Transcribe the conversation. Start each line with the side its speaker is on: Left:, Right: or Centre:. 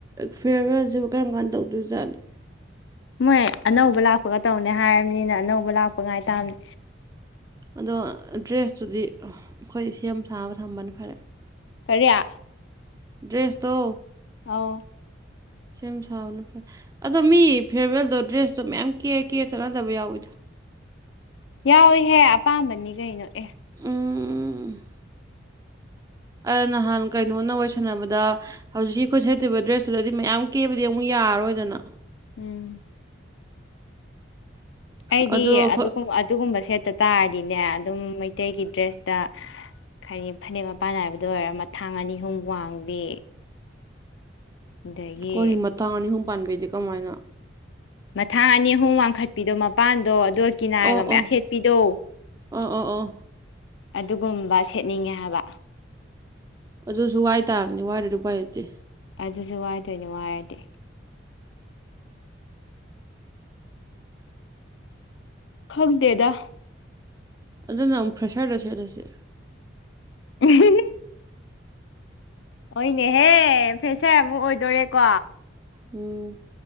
Right: ꯐꯤꯌꯔꯋꯦꯜꯁꯤꯕꯨ ꯀꯔꯝ ꯀꯥꯟꯗ ꯇꯧꯗꯣꯏꯖꯥꯠꯅꯣ
Left: ꯃꯣꯏ ꯑꯅꯧꯕ ꯂꯥꯛ ꯒ ꯇꯧꯅꯦ ꯍꯥꯏꯔꯔꯕꯅꯤꯅ ꯑꯅꯧꯕ ꯂꯥꯛꯄ ꯄꯉꯥꯏ ꯇꯕꯅꯦ
Right: ꯑꯗꯣ ꯗ꯭ꯔꯦꯁꯇꯨꯗꯤ ꯑꯩꯈꯣꯏ ꯁꯦꯝ ꯁꯥꯕ ꯊꯝꯕꯅꯤ ꯐꯔꯦ
Left: ꯀꯔꯤꯌꯥ
Right: ꯗ꯭ꯔꯦꯁ ꯇꯣ
Left: ꯑꯥꯎ
Right: ꯁꯦꯝ ꯁꯥꯕꯅ ꯐꯔꯦ ꯑꯗꯣ ꯃꯤ ꯐꯤꯌꯔꯋꯦꯜꯗꯣ ꯗ꯭ꯔꯦꯁꯇꯣ ꯃꯌꯥꯝ ꯀꯦ ꯀꯦ ꯆꯠꯅꯗꯕ ꯌꯥꯎꯋꯤꯗ
Left: ꯌꯥꯎꯏꯦꯍꯦ ꯑꯄꯥꯝꯕꯅꯤ ꯀꯩꯅꯣ ꯑꯦ
Right: ꯎꯝ ꯑ ꯅꯍꯥꯟ ꯀꯩꯅꯣꯅ ꯋꯥꯁꯟꯅꯕꯗ ꯍꯧꯖꯤꯛꯀꯤ ꯑꯩꯈꯣꯏ ꯁꯦꯠꯇꯕ ꯗ꯭ꯔꯦꯁꯇꯨꯗꯗꯤ ꯃꯌꯥꯝ ꯀꯦꯕꯗꯤ ꯑꯃꯨꯛ ꯌꯥꯔꯔꯣꯏꯗꯅ
Left: ꯎꯝ ꯑꯩꯗꯤ
Right: ꯑꯗꯣ ꯑꯩꯈꯣꯏ
Left: ꯑꯗꯨꯒꯨꯝ ꯑꯗꯨꯒꯨꯝꯕꯁꯦ ꯇ ꯇꯥꯔꯗꯤꯅꯦ ꯑꯗꯨꯝ ꯃꯩꯇꯩꯒꯤ ꯗ꯭ꯔꯦꯁꯇ ꯈꯅꯤ ꯐꯅꯦꯛ ꯃꯄꯥꯟ ꯅꯥꯏꯕꯗ ꯑꯣꯏꯔ ꯃꯊꯥꯡ ꯑꯅꯤ ꯑꯍꯨꯝ ꯋꯥꯡꯕꯤ ꯑꯗꯒꯤ
Right: ꯀꯔꯤꯃ ꯇꯅꯤ ꯍ ꯄꯥꯟꯕꯦꯗꯤ ꯀ ꯍꯥꯏ ꯑꯣꯏꯅ
Left: ꯃꯊꯥꯡ ꯑꯅꯤ ꯑꯍꯨꯝ ꯋꯥꯡꯈꯠꯄꯤꯗꯣ ꯃꯄꯥꯟꯗꯣ ꯑꯣꯠ ꯀꯤ ꯅꯥꯏꯔꯒ
Right: ꯑꯣ
Left: ꯃꯌꯥꯝ
Right: ꯑꯣ
Left: ꯁꯦꯠꯄꯤꯗꯣ
Right: ꯑꯣ ꯑꯣ
Left: ꯑꯗꯨꯒꯨꯝꯕ ꯁꯦꯠꯅꯤꯡꯉꯦ ꯍꯥꯏꯕ
Right: ꯑꯗꯨꯁꯨ ꯋꯥꯏ ꯇꯥꯕꯅꯤ ꯋꯥꯏꯔꯗꯨ ꯎ ꯄꯥꯏ ꯍꯇꯦ
Left: ꯑꯗꯨꯁꯨ ꯋꯥꯏꯗꯣꯏꯅꯦ ꯋꯥꯔꯗꯤ ꯈꯒ ꯗꯦꯗ
Right: ꯑꯗꯨꯅ ꯑꯃꯨꯛ ꯐ꯭ꯔꯦꯁꯔꯗ ꯁꯦꯠꯂꯁꯦ
Left: ꯎꯝ ꯍꯅꯦꯍꯦ ꯐꯦꯁꯔ ꯑꯃꯨꯛ ꯑꯣꯏꯗꯣꯔꯦꯀꯣ
Right: ꯎꯝ